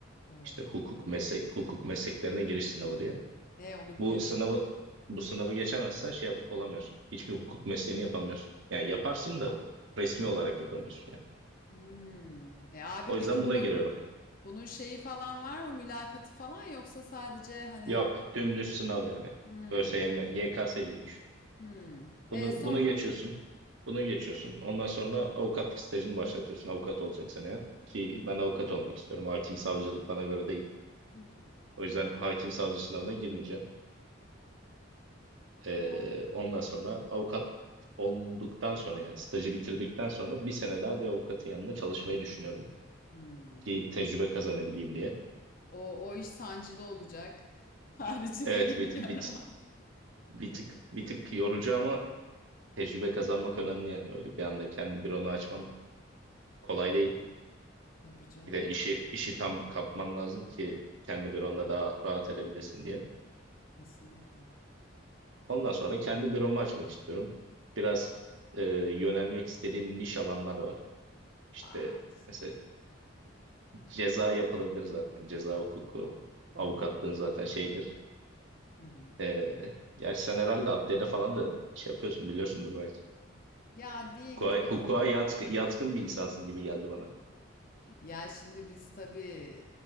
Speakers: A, on the left; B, on the right.
A: Oo.
B: İşte hukuk meslek hukuk mesleklerine giriş sınavı diye.
A: He onu biliyorum.
B: Bu sınavı bu sınavı geçemezsen şey yap- olamıyorsun. Hiçbir hukuk mesleğini yapamıyorsun. Yani yaparsın da resmi olarak yapamıyorsun yani.
A: Hmm. E abi
B: O yüzden
A: peki bunun
B: buna giriyorum.
A: bunun şeyi falan var mı? Mülakatı falan yoksa sadece hani
B: Yok dümdüz sınav yani.
A: hmm.
B: ÖSYM, YKS gibi düşün.
A: Hmm. E
B: Bunu,
A: sonra?
B: bunu geçiyorsun. Bunu geçiyorsun. Ondan sonra avukatlık stajını başlatıyorsun. Avukat olacaksın eğer. Ki
A: Hı hı.
B: ben avukat olmak istiyorum. Hakim savcılık bana göre değil.
A: Hımm.
B: O yüzden hakim savcı sınavına girmeyeceğim. Ee,
A: Yani,
B: ondan sonra avukat olduktan sonra yani stajı bitirdikten sonra bir sene daha bir avukatın yanında çalışmayı düşünüyorum
A: hımm.
B: ki tecrübe kazanabileyim diye.
A: O o iş sancıda olacak. <laughs> Haricini
B: Evet
A: bilmiyorum
B: bir, bir,
A: ama.
B: bir tık bir tık yorucu ama tecrübe kazanmak önemli yani öyle bir anda kendi büronu açman kolay değil.
A: Tabii canım,
B: Bir de işi işi tam kapman lazım ki kendi büronda daha rahat edebilesin diye.
A: kesinlikle.
B: Ondan sonra kendi büromu açmak istiyorum. Biraz e, yönelmek istediğim niş alanlar var.
A: Vay!
B: İşte mesela Ceza yapılabilir zaten. Ceza hukuku,
A: Hı
B: avukatlığın
A: hı.
B: zaten şeyidir.
A: Hı hı.
B: Ee, gerçi sen herhalde adliyede falan da şey yapıyorsun biliyorsundur belki.
A: Ya, diye
B: Hukuka,
A: gidip
B: hukuka yatkı- yatkın bir insansın gibi geldi bana.
A: ya, şimdi biz tabii